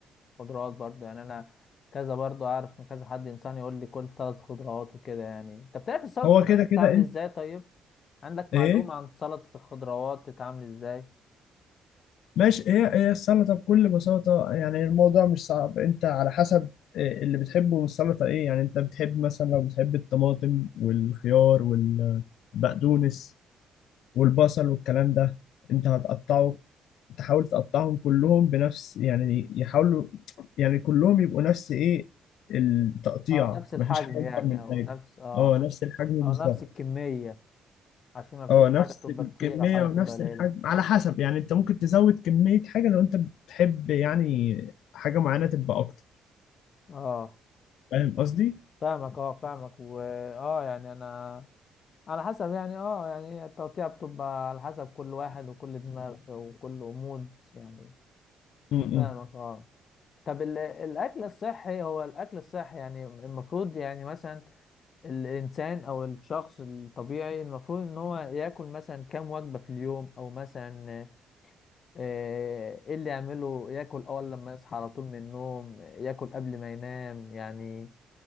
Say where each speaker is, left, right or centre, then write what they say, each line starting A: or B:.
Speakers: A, on the left; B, on the left.
A: الخضروات برضو يعني انا كذا برضو اعرف من كذا حد انسان يقول لي كل سلطه خضروات وكده يعني انت بتعرف السلطه
B: هو
A: الخضروات
B: كده
A: بتتعمل
B: كده انت
A: ازاي طيب عندك معلومه
B: ايه
A: عن سلطه الخضروات بتتعمل ازاي
B: ماشي هي هي السلطه بكل بساطه يعني الموضوع مش صعب انت على حسب إيه اللي بتحبه من السلطه ايه يعني انت بتحب مثلا لو بتحب الطماطم والخيار والبقدونس والبصل والكلام ده انت هتقطعه تحاول تقطعهم كلهم بنفس يعني يحاولوا يعني كلهم يبقوا نفس ايه التقطيع
A: اه نفس الحجم
B: مفيش حاجة اكبر
A: يعني
B: من
A: او
B: حاجة
A: نفس اه
B: اه نفس الحجم
A: او
B: بالظبط
A: نفس الكميه عشان ما فيش
B: اه نفس
A: حاجه تبقى
B: الكمية
A: كتير او حاجه
B: ونفس
A: تبقى قليله
B: الحجم على حسب يعني انت ممكن تزود كمية حاجة لو انت بتحب يعني حاجة معينة تبقى اكتر
A: اه
B: فاهم قصدي؟
A: فاهمك اه فاهمك و اه يعني انا على حسب يعني اه يعني التقطيع بتبقى على حسب كل واحد وكل دماغ وكل أمود يعني
B: م-م.
A: فاهمك اه طب ال- الاكل الصحي هو الاكل الصحي يعني المفروض يعني مثلا الانسان او الشخص الطبيعي المفروض ان هو ياكل مثلا كام وجبة في اليوم او مثلا آه، ايه اللي يعمله ياكل اول لما يصحى على طول من النوم ياكل قبل ما ينام يعني